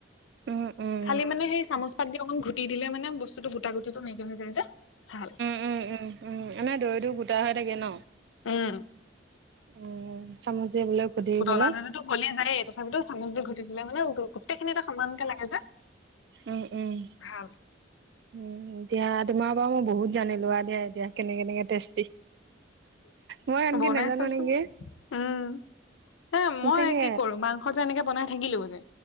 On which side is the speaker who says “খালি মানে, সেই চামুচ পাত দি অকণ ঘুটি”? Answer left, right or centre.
Left